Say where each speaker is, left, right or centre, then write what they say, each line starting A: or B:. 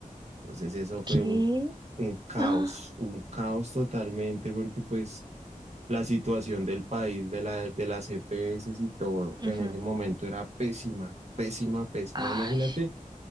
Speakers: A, on the right; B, on the right.
A: Entonces eso fue
B: qué
A: un, un caos,
B: Ah,
A: un caos totalmente, porque pues la situación del país, de la, de las EPS y todo,
B: ujú.
A: en ese momento era pésima, pésima, pésima.
B: Ay,
A: Imagínate,